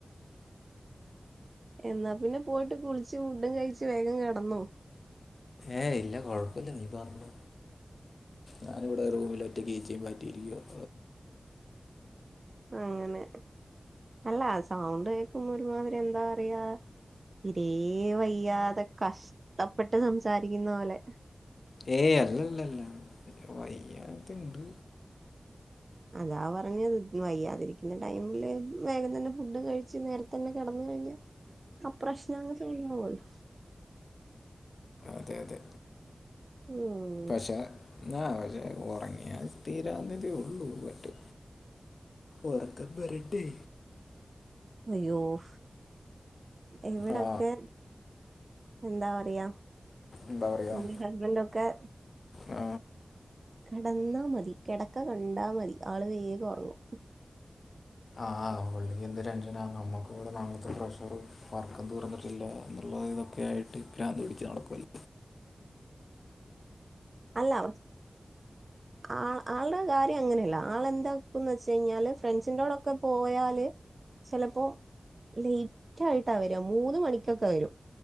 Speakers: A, on the right; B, on the left.
A: എന്നാ പിന്നെ പോയിട്ട് കുളിച് ഫുഡും കഴിച്ചോ വേഗം കടന്നു
B: ഏഹ ഇല്ല കൊഴപ്പില്ല നീ പറഞ്ഞു ഞാനിവിടെ റൂമിൽ ഒറ്റ കീച്ചൻ പറ്റിയില്ല <inaudible>
A: അങ്ങനെ അല്ല സൗണ്ട് കേക്കുമ്പോൾ ഒരുമാതിരി എന്താ പറയ്യാ തീരെ വയ്യാതെ കഷ്ടപ്പെട്ട് സംസാരിക്കുന്ന പോലെ
B: ഏ അല്ലല്ലല്ല വയ്യാനത്ത ഇണ്ട്
A: അതാ പറഞ്ഞഞ്ത് വയ്യാതിരിക്കുന്ന ടൈമില് വേഗം തന്നെ ഫുഡ് കഴിച്ചോ നേരത്ത തന്നെ കിടന്ന കഴിഞ്ഞ ആ പ്രശ്നം അങ്ങ് തഴ പോലോ
B: അതെ അതെ
A: ഉം
B: പക്ഷെ എന്നാ പക്ഷേ ഉറങ്ങിയാ തീരന്നീതിയേ ഉള്ളൂ ബട്ട്‌ ഉറക്കം വരണ്ടേ
A: അയ്യോഫ് ഇവിടൊക്കെ
B: ആ
A: എന്താ പറയാ
B: എന്താ പറയുക
A: എന്റെ ഹസ്ബൻഡ ഒക്കെ
B: ആ
A: കിടന്നാ മതി കിടക്ക കണ്ടാ മതി ആള വേഗക ഉറങ്ങു
B: ആഹ പള്ളിക്ക് എന്ത് രസമാണ് നമ്മക്ക് ഇവിടെ മാങ്ങാ തൊലി വർക്ക്‌ ഉം തീർന്നിട്ടില്ല പ്രഷറും എന്നുള്ളത് ഇതൊക്കെ ആയിട്ട് പ്രാന്ത് പിടിച്ച് നടക്കല്ല
A: അല്ല ആ ആളുടെ കാര്യം അങ്ങനെയല്ല ആൾെന്താക്കുംന്ന് വെച്ച കഴിഞ്ഞാല് ഫ്രണ്ട്സിറോടൊക്കെ പോയാല് ചിലപ്പോ ലേറ്റ് ആയിട്ടാ വര മൂന്ന മണിക്കൊക്കെ വരും